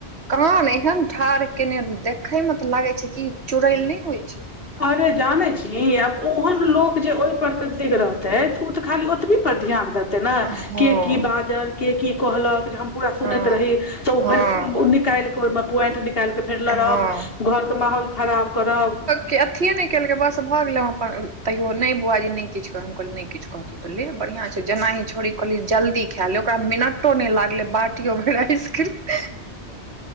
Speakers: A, on the right (about 70°); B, on the left (about 60°).
A: कान एहन ठाढ़ केने देखे में तऽ लागे छैय कि चुड़ैल नै होइ छैय।
B: अरे जाने छीय आब ओहन लोक जे ओहि प्रकृति केँ रहते तऽ उ तऽ खाली ओतबी पर ध्यान दे तै ना
A: हँ
B: केँ की बाजल केँ की कहलक जे हम पूरा सुनैत
A: हँ
B: रही तऽ ओ
A: हँ
B: भरि न काइल के ओहिमे पोइंट निकाल के फेर
A: हँ
B: लड़ब घर के माहौल खराब करब
A: केँ अथि नै केलकै बस भऽ गेलै अपन तैयो नै बौआ यौ नै किछ कह हम कहलियै नै किछ कहतौ तऽ ले बढ़ियां छै जेना ही छोड़ी कहली जल्दी खाय ले ओकरा मिनटो नै लागले बाटियो भैर आइसक्रीम <unintelligible>